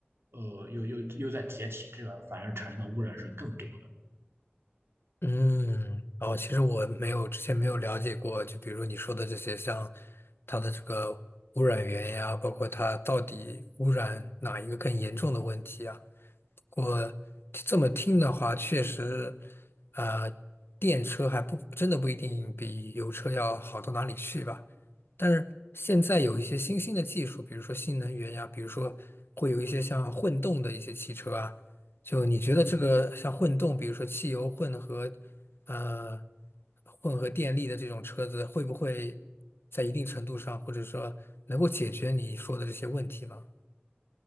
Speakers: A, on the right; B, on the left.
A: 呃又又又在解体，这个反而产生的污染是更多。
B: 嗯，哦，其实我没有之前没有了解过，就比如你说的这些，像它的这个污染源呀，包括它到底污染哪一个更严重的问题啊？我这么听的话，确实，呃，电车还不真的不一定比油车要好到哪里去吧。但是现在有一些新兴的技术，比如说新能源呀，比如说会有一些像混动的一些汽车啊。就你觉得这个像混动，比如说汽油混合，呃，混合电力的这种车子，会不会在一定程度上，或者说能够解决你说的这些问题呢？